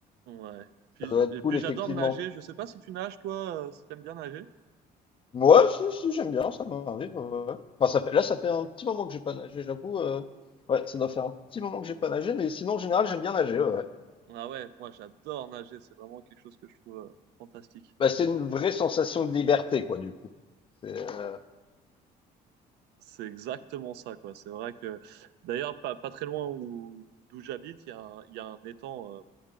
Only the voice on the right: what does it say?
ouais. Puis,
j-
et
puis,
j'adore nager. Je sais pas si tu nages, toi, euh, si t'aimes bien nager.
Ah ouais, moi, j'adore nager. C'est vraiment quelque chose que je trouve euh, fantastique.
C'est exactement ça, quoi. C'est vrai que, d'ailleurs, pas, pas très loin où, d'où j'habite, il y a un, il y a un étang euh,